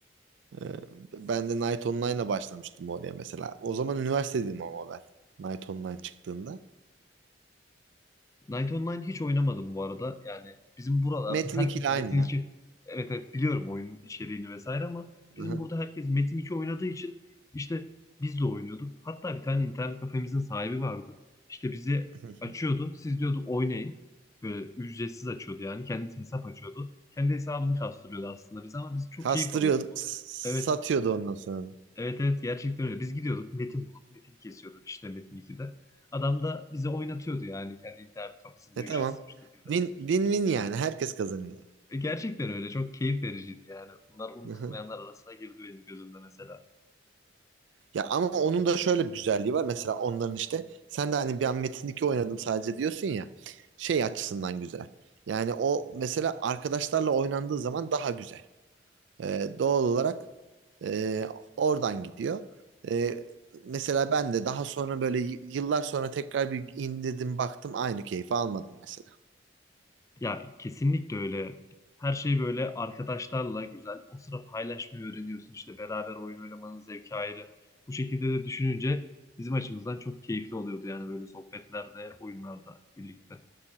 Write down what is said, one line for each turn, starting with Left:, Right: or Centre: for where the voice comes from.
Right: Ee, ben de Night Online'la başlamıştım oraya mesela. O zaman üniversitedeydim ama ben. Night Online çıktığında.
Left: Knight Online hiç oynamadım bu arada. Yani bizim buralarda
Right: Metin
Left: herkes
Right: 2 ile aynı
Left: Metin 2
Right: ya.
Left: evet evet biliyorum oyunun içeriğini vesaire ama
Right: Hı
Left: bizim
Right: hı.
Left: burada herkes Metin 2 oynadığı için işte biz de oynuyorduk. Hatta bir tane internet kafemizin sahibi vardı. İşte bizi
Right: <laughs>
Left: açıyordu. Siz diyordu oynayın. Böyle ücretsiz açıyordu yani. Kendi hesap açıyordu. Kendi hesabını kastırıyordu aslında bize ama biz çok
Right: Kastırıyordu,
Left: keyif alıyorduk o.
Right: s-
Left: Evet.
Right: satıyordu ondan sonra.
Left: Evet evet gerçekten öyle. Biz gidiyorduk metin bulup metin kesiyorduk işte Metin 2'de. Adam da bize oynatıyordu yani kendi internet kafesinde
Right: E
Left: ücretsiz
Right: tamam.
Left: bir şekilde.
Right: Win, win win yani. Herkes kazanıyordu.
Left: E, gerçekten öyle çok keyif vericiydi yani. Bunlar unutulmayanlar
Right: Hı hı.
Left: arasına girdi benim gözümde mesela.
Right: Ya ama onun da şöyle bir güzelliği var. Mesela onların işte sen de hani bir an Metin 2 oynadım sadece diyorsun ya. Şey açısından güzel. Yani o mesela arkadaşlarla oynandığı zaman daha güzel. E, doğal olarak e, oradan gidiyor. E, mesela ben de daha sonra böyle y- yıllar sonra tekrar bir indirdim baktım aynı keyfi almadım mesela.
Left: Ya kesinlikle öyle. Her şey böyle arkadaşlarla güzel. O sıra paylaşmayı öğreniyorsun işte beraber oyun oynamanın zevki ayrı. Bu şekilde de düşününce bizim açımızdan çok keyifli oluyordu yani böyle sohbetlerde, oyunlarda birlikte.